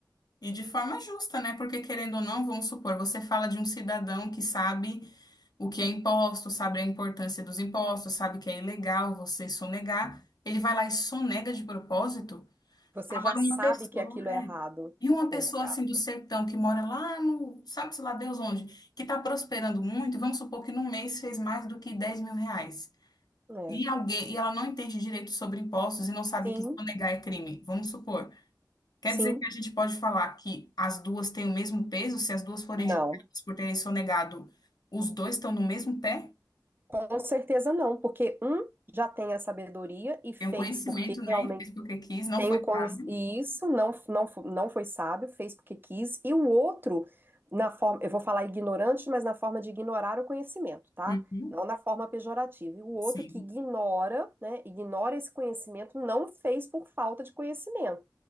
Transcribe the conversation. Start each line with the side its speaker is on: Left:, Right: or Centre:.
Left: E de forma justa, né? Porque querendo ou não, vamos supor, você fala de um cidadão que sabe o que é imposto, sabe a importância dos impostos, sabe que é ilegal você sonegar, ele vai lá e sonega de propósito.
Right: Você
Left: Agora
Right: já sabe
Left: uma pessoa,
Right: que aquilo é
Left: é.
Right: errado.
Left: E uma pessoa
Right: Exato.
Left: assim do sertão que mora lá no, sabe-se lá Deus onde, que está prosperando muito, e vamos supor que num mês fez mais do que 10 mil reais.
Right: É.
Left: E alguém, e ela não entende direito sobre impostos e não sabe
Right: Sim,
Left: que sonegar é crime. Vamos supor. Quer
Right: sim,
Left: dizer que a gente pode falar que as duas têm o mesmo peso se as duas forem
Right: não.
Left: julgadas por terem sonegado, os dois estão no mesmo pé?
Right: Com certeza não, porque um já tem a sabedoria e fez
Left: Tem o conhecimento,
Right: porque
Left: né?
Right: realmente
Left: E fez porque quis, não
Right: tem
Left: foi
Right: o con-
Left: sábio.
Right: e isso não não fo- não foi sábio, fez porque quis, e o outro na forma, eu vou falar ignorante, mas na forma de ignorar o conhecimento, tá?
Left: Uhum,
Right: Não na forma pejorativa. E o outro
Left: sim.
Right: que ignora, né, ignora esse conhecimento, não fez por falta de conhecimento.